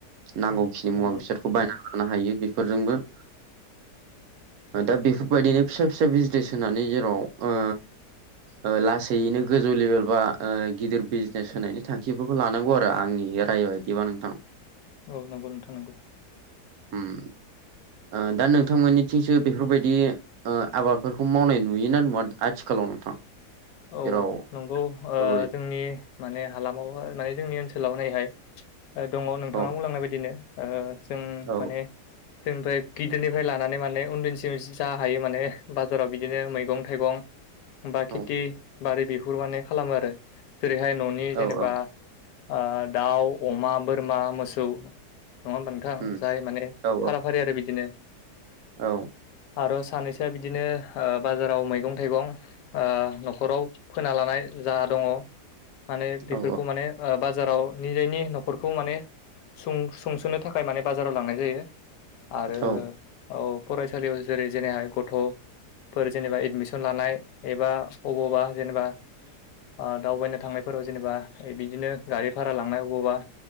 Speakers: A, on the right; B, on the left.
A: नांगौखिनि
B: औ नंगौ
A: मुवा बेसाद खौ बायना लानो हायो बेफोरजोंबो दा बेफोरबायदिनो फिसा फिसा बिजनेस होनानै जेराव ओ ओ लासैनो गोजौ लेभेल बा ओ गिदिर बिज <unintelligible> होनायनि थांखिफोरखौ लानांगौ आरो आंनि राय बायदिबा नोंथां
B: औ नंगौ नोंथां नंगौ
A: उम ओ दा नोंथांमोननिथिंसो बेफोरबायदि ओ आबादफोरखौ मावनाय नुयोना नुवा आथिखालाव नोंथां
B: औ
A: जेराव
B: नंगौ ओ
A: औ
B: जोंनि माने हालामाव माने जोंनि ओनसोलाव नायहाय दङ नोंथाङा
A: औ
B: बुंलांनाय बायदिनो ओ जों
A: औ
B: माने जोंनिफ्राय गिदिरनिफ्राय लानानै माने उन्दैनिसिम जा हायो माने बाजाराव बिदिनो मैगं थाइगं बा खेथि
A: औ
B: बारि बिहुर माने खालामो आरो जेरैहाय न'नि
A: औ
B: जेनेबा
A: औ
B: ओ दाउ अमा बोरमा मोसौ नङा होमबा नोंथां
A: उम
B: जाय माने
A: औ
B: फारा फारि आरो बिदिनो
A: औ
B: आरो सानैसोआ बिदिनो बाजाराव मैगं थाइगं ओ न'खराव फोना लानाय जा दङ माने बेफोरखौ
A: औ
B: माने ओ बाजाराव निजायनि न'खरखौ माने सुं संस'नो थाखाय माने बाजाराव लांनाय जायो आरो
A: औ
B: औ फरायसालियाव जेरै जेनेहाय गथ'फोर जेनेबा एडमिसन लानाय एबा अबावबा जेनेबा आ दावबायनो थांनायफोराव जेनेबा बिदिनो गारि भारा लांनाय अबावबा